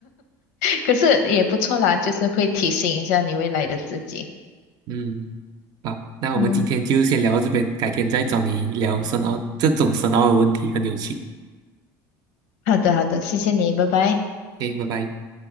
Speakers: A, on the left; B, on the right.
A: 可是也不错啦，就是会提醒一下你未来的自己。
B: 嗯，好，那我们今天就先聊到这边，
A: 嗯，
B: 改天再找你聊深奥这种深奥的问题，很有趣。
A: 好的好的，谢谢你，拜拜。
B: OK，拜拜。